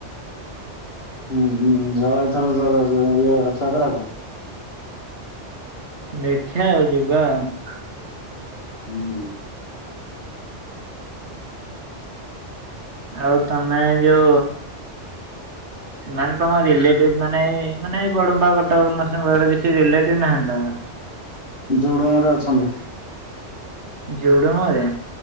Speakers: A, on the left (about 60°); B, on the right (about 70°).
A: ହୁଁ ଯ ଏଇଥର ର- ରଜ- ଇଏ ରଥଯାତ୍ରାକୁ।
B: ଦେଖିଆ ଆଉ ଯିବା ଆଉ।
A: ହୁଁ।
B: ଆଉ ତମେ ଯଉ
A: ହ
B: ମାନେ ତମ ରିଲେଟିଭ୍ ମାନେ -ମାନେ ଏଇ ବଡମ୍ବା, କଟକ, ନର୍ସିଂଙ୍ଗପୁର୍ କିଛି ରିଲେଟିଭ୍ ନାହାନ୍ତି ତମର?
A: ଜୁଡୁମ ରେ ଅଛନ୍ତି।
B: ଜୁଡୁମ ରେ?